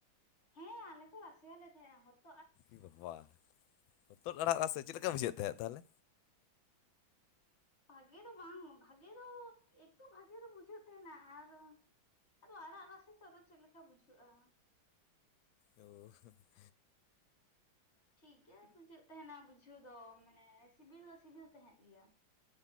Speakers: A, on the left; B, on the left.
A: ᱦᱮᱸ ᱟᱞᱮ ᱠᱚ ᱨᱟᱥᱮ ᱟᱞᱮ ᱛᱟᱦᱮᱸᱼᱟ ᱦᱚᱛ
B: ᱤ ᱵᱟᱵᱟ ᱦᱚᱛᱚᱫ ᱟᱲᱟᱜ ᱨᱟᱥᱮ ᱪᱮᱫ ᱞᱮᱠᱟ ᱵᱩᱡᱷᱟᱹᱜ ᱛᱟᱦᱮᱸᱫ ᱛᱟᱞᱦᱮ
A: ᱵᱷᱟᱜᱮ ᱫᱚ ᱵᱟᱝ ᱵᱷᱟᱜᱮ ᱫᱚ ᱮᱠᱴᱩ ᱵᱷᱟᱜᱮ ᱫᱚ ᱵᱩᱡᱷᱟᱹᱜ ᱛᱟᱦᱮᱱᱟ ᱟᱨ ᱟᱫᱚ ᱟᱲᱟᱜ ᱨᱟᱥᱮ ᱫᱚ ᱪᱮᱫ ᱞᱮᱠᱟ ᱵᱩᱡᱷᱟᱹᱜᱼᱟ?
B: ᱳᱻ <unintelligible>
A: ᱴᱷᱤᱠ ᱜᱮᱭᱟ ᱵᱩᱡᱟᱹᱜ ᱛᱟᱦᱮᱱᱟ ᱵᱩᱡᱷᱟᱹᱣ ᱫᱚ ᱢᱟᱱᱮ ᱥᱤᱵᱤᱞ ᱫᱚ ᱥᱤᱵᱤᱞ ᱛᱟᱦᱮᱸᱫ ᱜᱮᱭᱟ